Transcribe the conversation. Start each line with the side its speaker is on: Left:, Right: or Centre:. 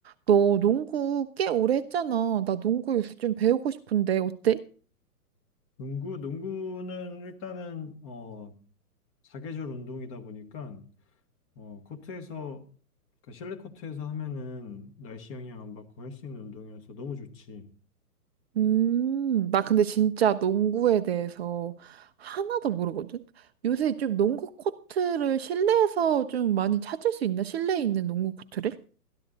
Right: 너 농구 꽤 오래 했잖아. 나 농구 요새 좀 배우고 싶은데, 어때?
Left: 농구, 농구는 일단은 어 사계절 운동이다 보니까 어 코트에서 그러니까 실내 코트에서 하면은 날씨 영향 안 받고 할 수 있는 운동이어서 너무 좋지.
Right: 음, 나 근데 진짜 농구에 대해서 하나도 모르거든? 요새 좀 농구 코트를 실내에서 좀 많이 찾을 수 있나? 실내에 있는 농구 코트를?